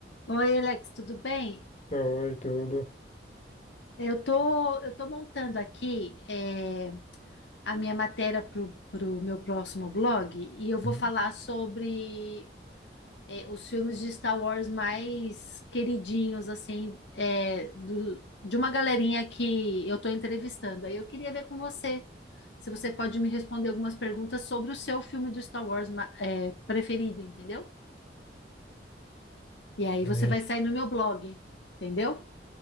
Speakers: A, on the left (about 85°); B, on the left (about 40°).
A: Oi, Alex, tudo bem?
B: Oi, tudo.
A: Eu tô, eu tô montando aqui eh, a minha matéria para o meu próximo blog e eu vou
B: Uhum.
A: falar sobre eh, os filmes de Star Wars mais queridinhos, assim, eh, do- de uma galerinha que eu tô entrevistando. Aí eu queria ver com você se você pode me responder algumas perguntas sobre o seu filme do Star Wars ma- eh, preferido, entendeu? E aí
B: É,
A: você vai sair no meu blog, entendeu?